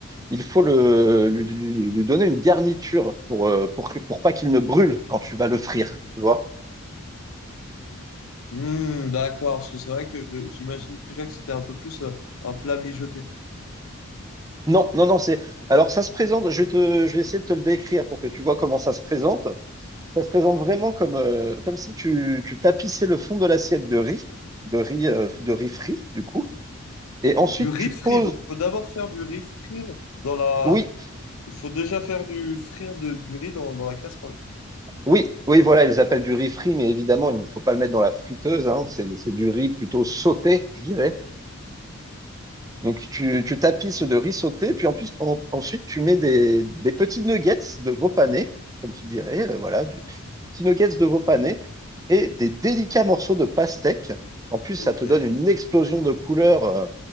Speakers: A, on the right; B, on the left.
A: il faut le, lui, lui- lui donner une garniture pour, euh, pour, que- pour pas qu'il ne brûle quand tu vas le frire, tu vois?
B: Hmm, d'accord, parce que c'est vrai que je- j'imagine déjà que c'était un peu plus euh, un plat mijoté.
A: Non, non, non, c'est... Alors, ça se présente, je vais te, je vais essayer de te le décrire pour que tu vois comment ça se présente. Ça se présente vraiment comme, euh, comme si tu, tu tapissais le fond de l'assiette de riz, de riz, euh, de riz frit, du coup. Et ensuite,
B: Du riz
A: tu poses...
B: frit, donc faut d'abord faire du riz frire dans la...
A: Oui,
B: faut déjà faire du frire de, du riz dans, dans la casserole.
A: Oui, oui, voilà, ils appellent du riz frit, mais évidemment, il ne faut pas le mettre dans la friteuse, hein, c'est c'est du riz plutôt sauté, je dirais. Donc, tu, tu tapisses de riz sauté, puis en plus, en- ensuite, tu mets des, des petits nuggets de veau pané, comme tu dirais, euh, voilà, du- des petits nuggets de veau pané et des délicats morceaux de pastèque. En plus,
B: Ok.
A: ça te donne une explosion de couleurs. euh,